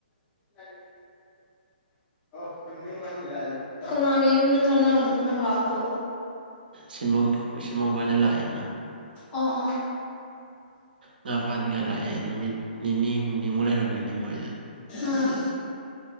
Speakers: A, on the left; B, on the right.
A: <unintelligible> ꯀꯅꯥꯒꯤ ꯌꯨꯝꯗꯨꯗ ꯅꯪ ꯅꯪ ꯂꯥꯛꯄꯗꯣ
B: ꯁꯤꯟꯕꯪ ꯁꯤꯟꯕꯪ ꯈ‌ꯣꯏꯗ ꯂꯥꯛꯑꯦꯅ
A: ꯑꯣ ꯑꯣ
B: ꯉꯥ ꯐꯥꯅꯤꯡꯉꯥꯏ ꯂꯥꯛꯑꯦ ꯅꯨꯃꯤꯠ ꯅꯤꯅꯤ ꯍꯨꯝꯅꯤꯃꯨꯛ ꯂꯩꯔꯝꯒꯅꯤ ꯃꯣꯏꯗ
A: ꯑꯥ